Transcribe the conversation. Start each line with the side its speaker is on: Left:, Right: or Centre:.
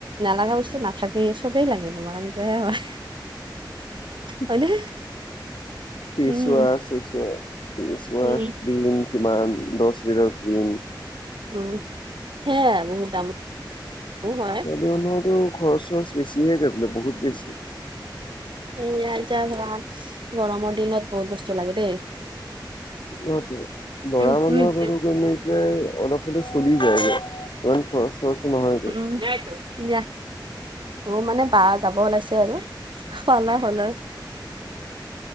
Right: নালাগা বস্তু নাথাকেই চবেই লাগে তোমাৰ এনেকোৱায়ে হয়
Left: উ
Right: হয়নে
Left: ফেচৱাচ
Right: উম
Left: চিচোৱাচ ফেচৱাচ
Right: উম
Left: ক্ৰীম কিমান দহ লিটাৰ ক্ৰীম
Right: উম হেয়াই আৰু বহুত দামো হয়
Left: ছোৱালী মানুহৰতো খৰচ চৰচ বেছিহে গৈ বোলে বহুত বেছি
Right: এয়া এতিয়া ধৰা গৰমৰ দিনত বহুত বস্তু লাগে দেই
Left: অ ত লৰা
Right: উম
Left: মানুহৰ
Right: উম
Left: বাৰু তেনেকে অলপ হলেও চলি যায়গে সিমান খৰচ চৰচো নহয়গৈ
Right: উ দেটো য়া মোৰ মানে বা যাব ওলাইছে আৰু খালা হলা